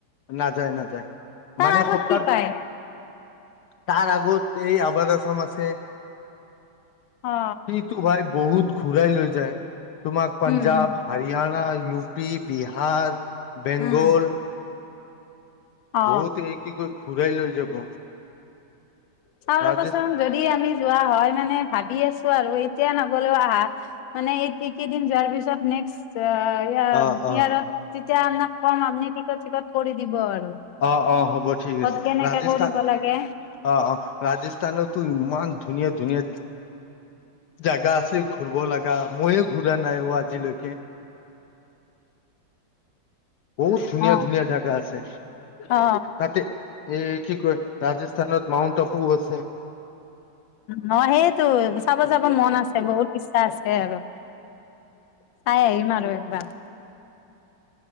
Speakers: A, on the left; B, on the left.
A: নাযায় নাযায়
B: তাৰ
A: মানে
B: আগত
A: সপ্তাহত
B: কি পায়
A: তাৰ আগত এই আবাদ আছাম আছে।
B: অ
A: সি তো ভাই বহুত ঘূৰাই লৈ যায় তোমাক পাঞ্জাৱ
B: উম উম
A: হাৰিয়ানা, ইউ পি, বিহাৰ, বেংগল,
B: উম অ
A: বহুত এক <unintelligible> ঘূৰাই লৈ যাব।
B: চাও
A: ৰাজেশ
B: ৰবাচোন যদি আমি যোৱা হয় মানে ভাবি আছো আৰু এতিয়া নগলেও আহা মানে এই এইকেইদিন যোৱাৰ পিছত নেক্সট
A: অ
B: বিহাৰত
A: অ
B: তেতিয়া আপনাক কম আপনি টিকট চিকট কৰি দিব আৰু।
A: অ অ হ'ব ঠিক
B: ক'ত
A: আছে।
B: কেনেকে
A: ৰাজস্থান
B: কৰিব লাগে
A: অ ৰাজস্থানতো ইমান ধুনীয়া ধুনীয়া জাগা আছে ঘূৰিব লগা মইয়ে ঘূৰা নাইও আজিলৈকে। বহুত ধুনীয়া
B: অ
A: ধুনীয়া জোগা আছে
B: অ
A: তাতে এই কি কয় ৰাজস্থানত মউণ্ট আবু আছে।
B: ন সেইটো চাব যাব মন আছে, বহুত ইচ্ছা আছে আৰু। চাই <unintelligible>